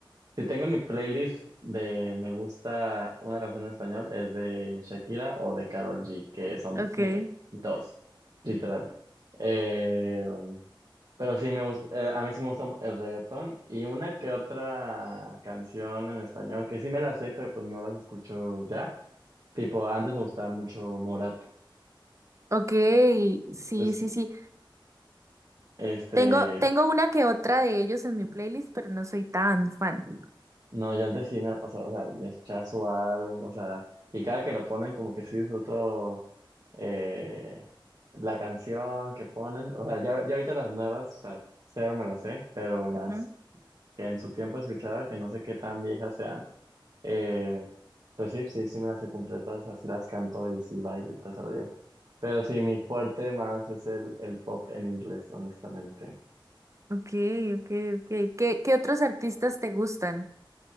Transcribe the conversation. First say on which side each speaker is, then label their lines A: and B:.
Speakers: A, on the right (about 50°); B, on the right (about 35°).
A: si tengo en mi playlist de me gusta una canción en español, es de Shakira o de Karol G, que son
B: Okay.
A: de qué? Dos, literal. Eh, Pero sí, me gusta, eh, a mí sí me gusta el reggaetón y una que otra canción en español, que sí me las sé, pero pues no las escucho ya. Tipo, antes me gustaba mucho Morat.
B: Okay, sí,
A: Es-
B: sí, sí.
A: este,
B: Tengo, tengo una que otra de ellos en mi playlist, pero no soy tan fan.
A: no, yo antes sí me la pasaba, o sea, me escuchaba su álbum, o sea, y cada que lo ponen como que sí disfruto eh, la canción que ponen. O sea, ya, ya ahorita las nuevas, o sea, cero me las sé, pero las
B: Ujú.
A: que en su tiempo escuchaba, que no sé qué tan viejas sean. Eh, pues sí, sí, sí me las sé completas, así las canto y sí bailo y todo eso yo. Pero sí, mi fuerte más es el, el pop en inglés, honestamente.
B: Okay, okay, okay. ¿Qué, qué otros artistas te gustan?